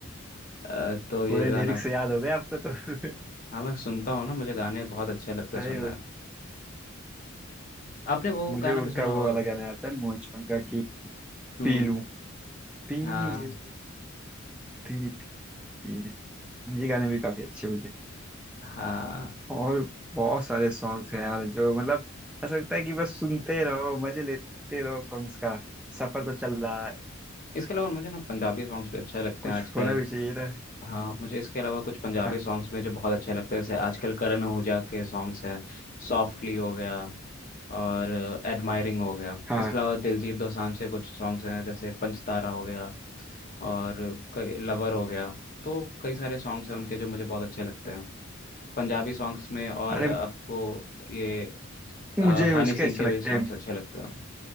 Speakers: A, on the left; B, in the centre.
A: है अ,
B: <laughs>
A: तो ये
B: पूरे
A: गाना
B: लिरिक्स याद हो गए आपको तो <laughs>
A: हाँ मैं सुनता हूँ ना मुझे गाने बहुत अच्छे लगते हैं
B: अरे
A: सुनना है आपने वो
B: मुझे
A: गाना
B: उनका
A: भी सुना होगा
B: वो वाला गाना आता है मोहित चौहान का कि
A: हम्म
B: पी लूं पी
A: हाँ
B: लूं तेरी पी पी ले ये गाने भी काफी अच्छे मुझे
A: हाँ
B: और बहुत सारे सॉन्ग्स हैं यार जो मतलब ऐसा लगता है कि बस सुनते रहो मजे लेते रहो सॉन्ग्स का सफर तो चल रहा है
A: इसके अलावा मुझे ना पंजाबी सॉन्ग्स भी अच्छे लगते
B: कुछ
A: हैं आजकल
B: होना भी चाहिए ना
A: हाँ मुझे इसके अलावा कुछ पंजाबी
B: हाँ
A: सॉन्ग्स में जो बहुत अच्छे लगते हैं जैसे आजकल करण ओजा के सॉन्ग्स हैं सॉफ्टली हो गया और एडमायरिंग हो गया
B: हाँ,
A: इसके अलावा दिलजीत दोसांझ के कुछ सॉन्ग्स हैं जैसे पंचतारा हो गया और कई लवर हो गया तो कई सारे सॉन्ग्स हैं उनके जो मुझे बहुत अच्छे लगते हैं पंजाबी सॉन्ग्स में और
B: अरे
A: आपको ये
B: मुझे
A: अ, हनी
B: उसके
A: सिंह
B: अच्छे
A: के
B: लगते
A: भी सॉन्ग्स
B: हैं
A: अच्छे लगते हैं